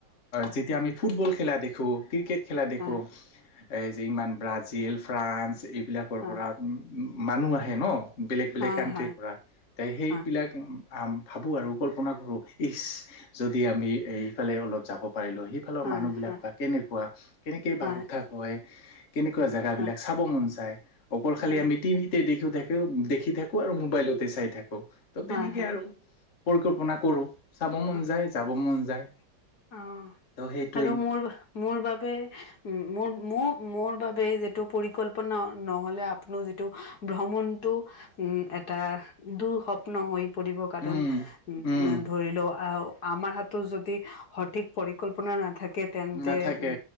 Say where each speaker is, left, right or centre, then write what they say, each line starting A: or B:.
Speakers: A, on the left; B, on the left.
A: যেতিয়া আমি ফুটবল খেলা দেখোঁ ক্ৰিকেট খেলা দেখোঁ।
B: হয়
A: এই যে ইমান ব্ৰাজিল ফ্ৰান্স এইবিলাকৰ
B: হয়
A: পৰা মানুহ আহে ন, বেলেগ বেলেগ
B: হয়
A: কাানট্ৰিৰ
B: হয়
A: পৰা তে সেইবিলাক
B: হয়
A: ভাবোঁ আৰু কল্পনা কৰোঁ ইচ যদি আমিফাল অলপ যাব। পাৰ ল সেইফালৰ
B: হয়
A: মানুহ বিিলাক
B: হয়
A: বা কেনেকুৱা কেনেকে বা
B: হয়
A: কঠা কয়। কেনেকুৱা জেগাাবিলাক
B: হয়
A: চাব মন যায় অকল খালি
B: হয় হয়
A: আমি টিভিতে দেখি থাকি শখি থাকো আৰু মোবাইলতে চাই থাকো ত
B: হয় হয়
A: তেনেকে
B: হয়
A: আৰু পৰিকল্পনা কৰো চাব মন
B: হয়
A: যায় যাব মন যায়
B: অ
A: তো সেইটোৱেই
B: আৰু মোৰ মোৰ বাবে মোৰ মোৰ মোৰ বাবোব যিটো পৰিকল্পনা নহ'লে আপোননি যিটো ভ্ৰমণ উম এটা দুস্বপ্ন হৈ পৰিবৰ কাৰণ
A: উম
B: উ
A: উম
B: ধৰি লও আহ আমাৰ হাতো যদি সঠিক পৰিকল্পনা নাথাকে তেন্তে
A: নাথাকে
B: উ